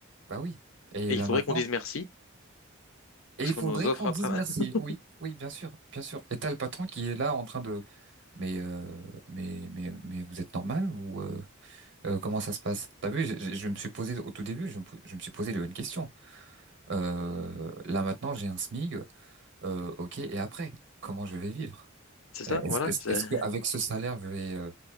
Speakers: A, on the right; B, on the left.
A: Bah oui. Et
B: Et
A: là
B: il faudrait
A: maintenant,
B: qu'on dise merci,
A: et
B: parce
A: il faudrait
B: qu'on nous offre
A: qu'on
B: un
A: dise
B: travail.
A: merci.
B: <laughs>
A: Oui, oui, bien sûr, bien sûr. Et t'as le patron qui est là en train de, mais, euh, mais, mais, mais vous êtes normal ou euh, euh, comment ça se passe? T'as vu, je, je- je me suis posé au tout début, je me, je me suis posé les bonnes questions. Euh, là maintenant, j'ai un SMIG. euh, ok, et après, comment je vais vivre?
B: C'est ça,
A: Euh,
B: voilà.
A: Est-ce, est-ce
B: c'est-
A: est-ce que avec ce salaire, je vais, euh,